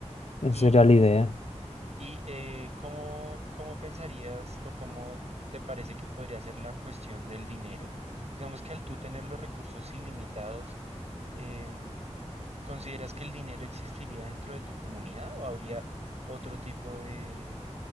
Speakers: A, on the left (about 65°); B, on the right (about 65°).
A: esa
B: Y,
A: sería la idea.
B: y eh, ¿cómo, cómo pensarías o cómo te parece que podría ser la cuestión del dinero? Digamos que al tú tener los recursos ilimitados, em, ¿Consideras que el dinero existiría dentro de tu comunidad o habría otro tipo de,